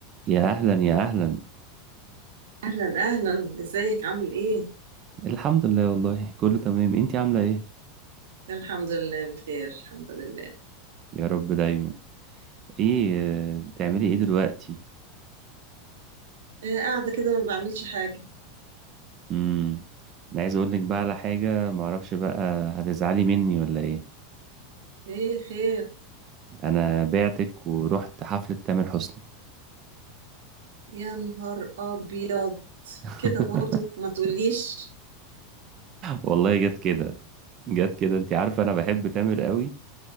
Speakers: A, on the right; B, on the right.
A: يا اهلا يا اهلا
B: أهلا أهلا إزيك عامل إيه؟
A: الحمد لله والله كله تمام انتي عامله ايه
B: الحمد لله بخير الحمد لله
A: يا رب دايما ايه آه، بتعملي ايه دلوقتي
B: إيه قاعدة كده ما بعملش حاجة
A: امم انا عايز اقول لك بقى على حاجه معرفش بقى هتزعلي مني ولا ايه
B: إيه خير
A: انا بعتك ورحت حفله تامر حسني
B: يا نهار أبيض
A: <laughs>
B: كده برضو ما تقوليش
A: والله جت كده جت كده انتي عارفه انا بحب تامر قوي